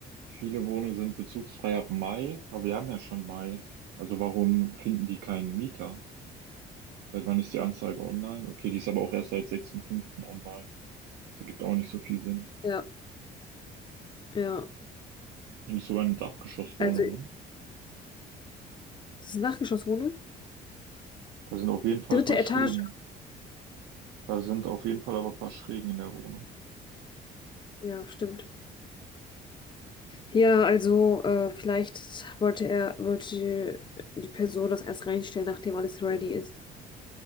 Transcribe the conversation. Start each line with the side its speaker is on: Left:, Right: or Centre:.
Right: viele Wohnungen sind bezugsfrei ab Mai, aber wir haben ja schon Mai. Also warum finden die keinen Mieter? Seit wann ist die Anzeige online? Okay, die ist aber auch erst seit 6.5. online. Das ergibt auch nicht so viel Sinn.
Left: Ja, ja.
Right: Und es ist sogar eine Dachgeschosswohnung,
Left: Also, ist
Right: ne?
Left: es eine Nachgeschosswohnung?
Right: Da sind auf jeden Fall
Left: Dritte
Right: ein paar
Left: Etage.
Right: Schrägen. Da sind auf jeden Fall aber ein paar Schrägen in der Wohnung.
Left: Ja, stimmt. Ja, also äh, vielleicht wollte er, wollte die Person das erst reinstellen, nachdem alles ready ist.